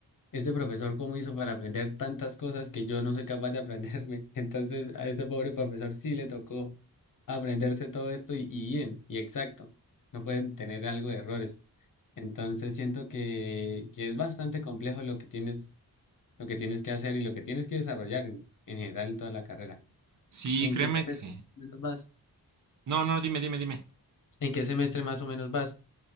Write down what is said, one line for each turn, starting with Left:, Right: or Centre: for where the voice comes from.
Left: Este profesor, ¿cómo hizo para aprender tantas cosas que yo no soy capaz de aprenderme? <laughs> Entonces, a este pobre profesor sí le tocó aprenderse todo esto y, y bien, y exacto. No pueden tener algo de errores. Entonces, siento que, que es bastante complejo lo que tienes, lo que tienes que hacer y lo que tienes que desarrollar en, en general en toda la carrera.
Right: Sí,
Left: ¿En
Right: créeme
Left: qué semestre
Right: que...
Left: más o menos vas?
Right: No, no, dime, dime, dime.
Left: ¿En qué semestre más o menos vas?